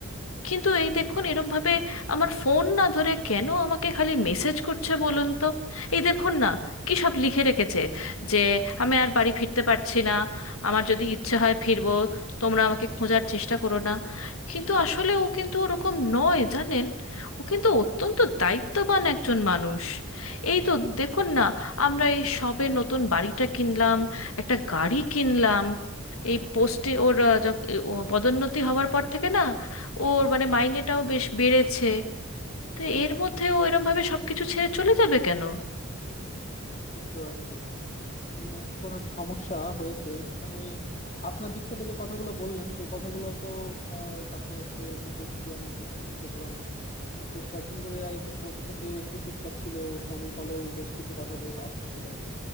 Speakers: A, on the left; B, on the left.
A: কিন্তু এই দেখুন এরম ভাবে আমার ফোন না ধরে কেন আমাকে খালি মেসেজ করছে বলুন তো এই দেখুন না কি সব লিখে রেখেছে যে আমি আর বাড়ি ফিরতে পারছি না আমার যদি ইচ্ছে হয় ফিরবো তোমরা আমাকে খোঁজার চেষ্টা করো না কিন্তু আসলে ও কিন্তু ওরকম নয় জানেন ও কিন্তু অত্যন্ত দায়িত্ববান একজন মানুষ এই তো দেখুন না আমরা এই সবে নতুন বাড়িটা কিনলাম একটা গাড়ি কিনলাম এই পোস্টে ওর আহ, যখ- ও পদোন্নতি হওয়ার পর থেকে না ওর মানে মাইনেটাও বেশ বেড়েছে তো এর মধ্যে ও এরম ভাবে সবকিছু ছেড়ে চলে যাবে কেন
B: বুঝতে পারছি উম, কোনো একটা সমস্যা হয়েছে কিন্তু আমি আপনার দিক থেকে যে কথাগুলো বললেন সে কথাগুলো তো আহ, আপনার হচ্ছে খুব বেশি যে আমি বুঝতেছি সেগুলো না আহ, শেষ কয়েকদিন ধরে আহ, তিনি বলতেছেন যে একটু চুপচাপ ছিল ফোনে কলেও বেশ কিছু কথা বলে আসতেছিল